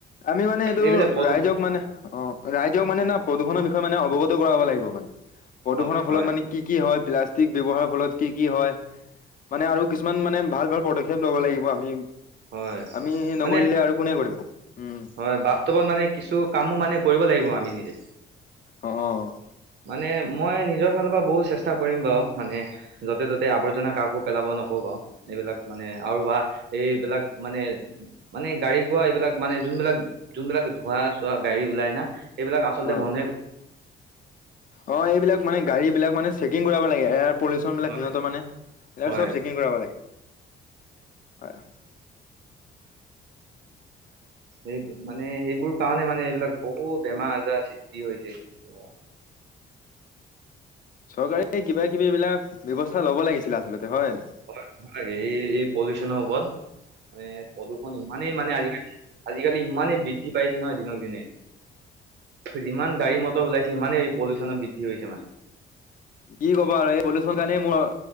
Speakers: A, on the left; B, on the right.
A: আমি মানে এইটো
B: এইবিলাক প্ৰদূষণ
A: ৰাইজক মানে অ' ৰাইজক মানে না প্ৰদূষণৰ বিষয়ে মানে অৱগত কৰাব লাগিব মানে। প্ৰদূষণৰ
B: হয়
A: ফলত
B: হয়
A: মানে কি কি হয়, প্লাষ্টিক ব্যৱহাৰৰ ফলত কি কি হয়। মানে আৰু কিছুমান মানে ভাল ভাল পদক্ষেপ লব লাগিব আমি,
B: হয়
A: আমি নকৰিলে
B: মানে
A: আৰু কোনে কৰিব? উম
B: হয়, বাস্তৱত মানে কিছু কামো মানে কৰিব লাগিব আমি নিজে।
A: অ', অ'।
B: মানে মই নিজৰ ফালৰ পৰা বহুত চেষ্টা কৰিম বাৰু মানে য'তে ত'তে আৱৰ্জনা কাকো পেলাব নকও বাৰু। এইবিলাক মানে আৰু বা এইবিলাক মানে মানে গাড়ী গোৱা এইবিলাক মানে যোনবিলাক যোনবিলাক ধোৱা-চোৱা গাড়ী ওলাই না। এইবিলাক আচলতে
A: অ
B: বন্ধ
A: অ', এইবিলাক মানে গাড়ী বিলাক মানে চেকিং কৰাব লাগে, এয় পলিউশ্যন বিলাক
B: হয়
A: সিহতৰ মানে এইবাক
B: হয়
A: চব চেকিং কৰাব লাগে, হয়।
B: সেই মানে সেইবোৰ কাৰণে মানে এইবিলাক বহুত বেমাৰ-আজাৰ সৃষ্টি হৈছে, কি কব।
A: চৰকাৰে কিবা কিব এইিবিলাক ব্যয়ৱস্থা ল'ব লাগিছিলে আচলতে হয় নাই?
B: <unintelligible> এই এই পলিউচনৰ ওপৰত মানে প্ৰদূষণ ইমানেই মানে আজালি আজিকালি ইমানেই বৃদ্ধি পাইছে নহয় দিনক দিনে। যিমান গাড়ী-মটৰ ওলাইছে ইমানেই এই পলিউশ্যন বৃদ্ধি হৈছে মানে।
A: কি ক'বা আৰু এই পলিউচনৰ কাৰণে মোৰ